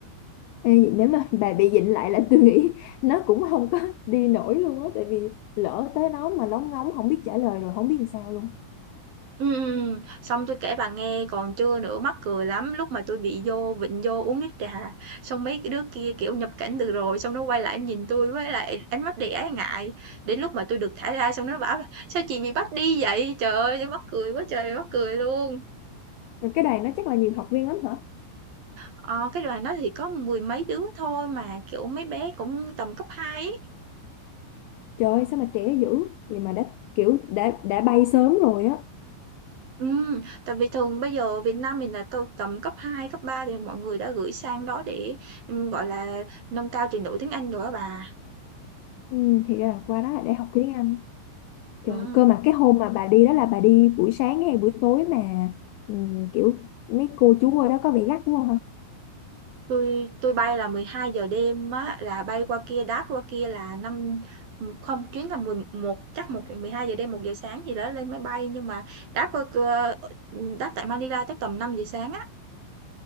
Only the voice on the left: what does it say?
Ê, nếu mà bà bị dịnh lại là tôi nghĩ <laughs> nó cũng không có đi nổi luôn á tại vì lỡ tới đó mà lóng ngóng không biết trả lời rồi không biết làm sao luôn.
Rồi cái đoàn đó chắc là nhiều học viên lắm hả?
Trời sao mà trẻ dữ vậy mà đã kiểu đã đã bay sớm rồi á.
Ừ, thì ra là qua đó là để học tiếng Anh. Trời,
cơ mà cái hôm mà bà đi đó là bà đi buổi sáng hay buổi tối mà ừ, kiểu mấy cô chú ở đó có vẻ gắt quá